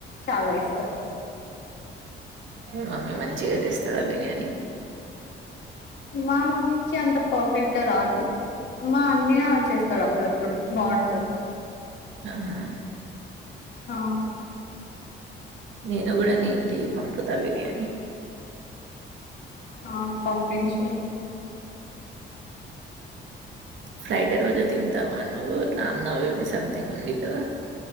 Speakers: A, on the left; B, on the right.
A: చాలా ఇష్టం
B: మమ్మీ మంచిగా చేస్తారా బిర్యానీ
A: మా మమ్మీకి అంత పర్ఫెక్ట్గా రాదు మా అన్నయ్య చేస్తాడు అప్పుడప్పుడు బాగుంటంది
B: ఆహ
A: హ
B: మీ న కూడా నే ఇంటికి పంపుతా బిర్యానీ
A: ఆ పంపించు
B: ఫ్రైడే రోజు తింటావా నువ్వు రామ్ నవ సథింగ్ ఉంది కదా